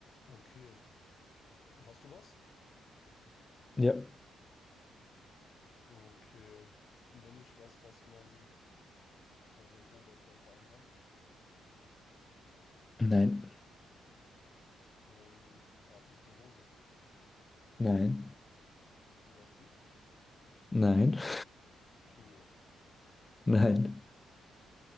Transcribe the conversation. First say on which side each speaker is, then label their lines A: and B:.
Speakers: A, on the left; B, on the left.
A: Okay. Hast du was?
B: Ja.
A: Okay. Bin ich was, was man quasi am Oberkörper anhat?
B: Nein.
A: Ähm, ja, bin ich eine Hose?
B: Nein.
A: Socken?
B: Nein. <laughs>
A: Schuhe?
B: Nein.